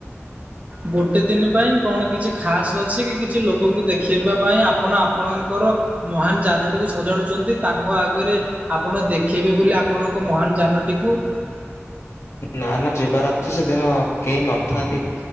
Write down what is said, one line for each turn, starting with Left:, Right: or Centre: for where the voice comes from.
Right: ଗୋଟେ ଦିନ ପାଇଁ କଣ କିଛି ଖାସ୍ ଅଛି କି କିଛି ଲୋକଙ୍କୁ ଦେଖେଇବା ପାଇଁ ଆପଣ ଆପଣଙ୍କର ମହାନ ଯାନଟିକୁ ସଜାଡୁଛନ୍ତି ତାଙ୍କ ଆଗରେ ଆପଣ ଦେଖେଇବେ ବୋଲି ଆପଣଙ୍କ ମହାନ ଯାନଟିକୁ।
Left: ନା ନା ଯିବାର ଅଛି ସେଦିନ କେହି ନଥାନ୍ତି